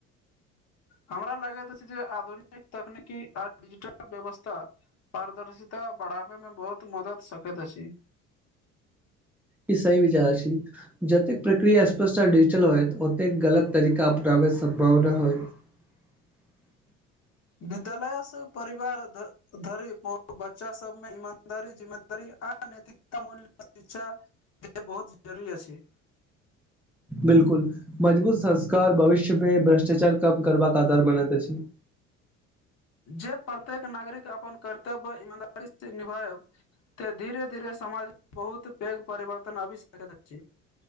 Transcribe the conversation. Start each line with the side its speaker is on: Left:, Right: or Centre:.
Left: हमरा लगैत अछि जे आधुनिक तकनीकि आ डिजिटल व्यवस्था पारदर्शीता बढ़ाब मे बहुत मद सकैत अछी
Centre: ई सही विचार अछि जतेक प्रक्रिया स्पष्ट आ डिजिटल होयत ओते कऽ गलत तरीका अपनाबै संम्भावना होइत <inaudible>
Left: विद्यालय सँ परिवार ध धरी बच्चा सभमे ईमानदारी जिम्मेदारी आ नैयतिकता मूल्य शिक्षा ई बहुत जरूरी अछि
Centre: बिल्कुल मजबूत संस्कार भविष्य मे भ्रष्टाचार कम करबाक अधार बनैत अछि
Left: जे प्रत्येक नागरिक अपन कर्तव्य ईमानदारी से निभायब। त धीरे -धीरे समाज बहुत पैघ परिवर्तन आबि सकैत अछि।